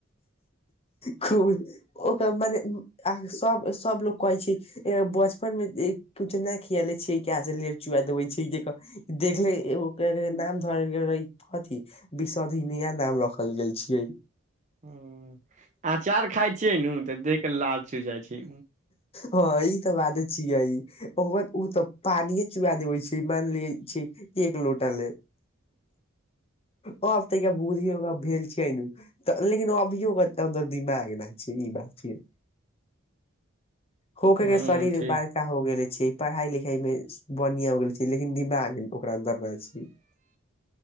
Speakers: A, on the left; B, on the right.
A: खूब ओका मने अहाँ के सब सब लोग कहै छै बचपन मे तु चिल्लीया किया लै छी <unintelligible> लेर चुआ देबै छी देख क देखले एगो ओकर नाम धरय गेल रहै अथी विशोधी मिया नाम रखल गेल छियै
B: ह अचार खाइ छियै ने त देख क लार चु जाइ छै
A: हँ ई त बाते छियै ओ त पानिये चुआ देबे छै मान ले छै एक लोट लेल
B: <inaudible>
A: ओर तय के बुधी ओकरा भेल छिये नु त लेकिन अभियो कते हमर दिमाग नहि छै ई बात छी होके
B: हूं
A: सारी रे
B: ठीक
A: बाद एका हो गेले छै पढ़ाई लिखाई मे बढ़िया हो गेल छै लेकिन दिमाग ओकरा अन्दर ना छै